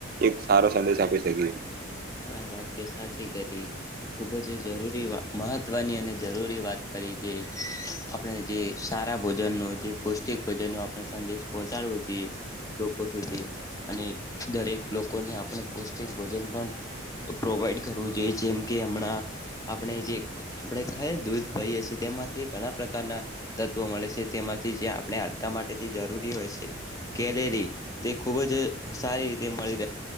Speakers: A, on the right; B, on the left.
A: એક સારો સંદેશ આપી શકીએ.
B: હા વાત તે સાચી કરી ખૂબ જ જરૂરી મહત્વની અને જરૂરી વાત કરી છે આપણે જે સારા ભોજનનો જે પૌષ્ટિક ભોજન ન આપણે સંદેશ પહોચાડવો જોઈએ લોકો સુધી અને દરેક લોકોને આપણે પૌષ્ટિક ભોજન પણ પ્રોવાઈડ કરવું જોઈએ જેમ કે હમણાં આપણે જે આપણે ખ દૂધ પઈએ છીએ તેમાંથી ઘણા પ્રકારના તત્વો મળે છે તેમાંથી જે આપણે હટક માટે જે જરૂરી હોય છે કેલેરી તે ખુબ જ સારી રીતે મળી